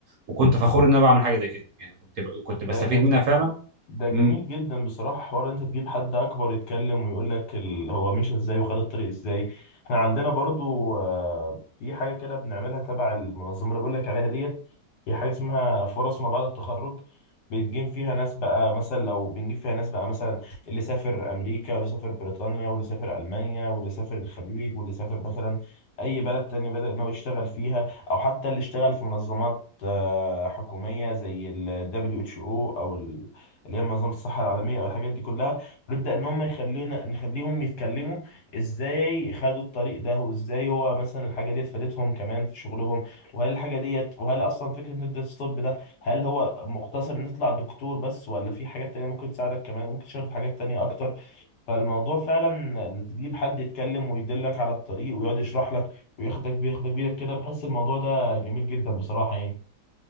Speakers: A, on the right; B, on the left.
A: وكنت فخور ان انا بعمل حاجه زي كده يعني كنت ب... كنت بستفيد
B: ده جميل
A: منها فعلا
B: ده جميل
A: امم
B: جدا بصراحة حوار انت تجيب حد اكبر يتكلم ويقول لك ال... هو مشى ازاي وخد الطريق ازاي احنا عندنا برضو آه، في حاجة كده بنعملها تبع المنظمة اللي بقول لك عليها ديت هي حاجة اسمها فرص ما بعد التخرج بنجيب فيها ناس بقى مثلا لو بنجيب فيها ناس بقى مثلا اللي سافر امريكا واللي سافر بريطانيا واللي سافر المانيا واللي سافر الخليج واللي سافر مثلا اي بلد تانية بدأ ان هو يشتغل فيها او حتى اللي اشتغل في منظمات آه، حكوميه زي ال WHO او او ال- اللي هي منظمه الصحه العالميه او الحاجات دي كلها ونبدا ان هم يخلونا نخليهم يتكلموا ازاي خدوا الطريق ده وازاي هو مثلا الحاجه ديت فادتهم كمان في شغلهم وهل الحاجه ديت وهل اصلا فكره هندسه الطب ده هل هو مقتصر ان تطلع دكتور بس ولا في حاجات تانية ممكن تساعدك كمان ممكن تشتغل في حاجات تانية اكتر فالموضوع فعلا ان تجيب حد يتكلم ويدلك على الطريق ويقعد يشرح لك وياخدك بياخدك بيدك كده بحس الموضوع ده جميل جدا بصراحة يعني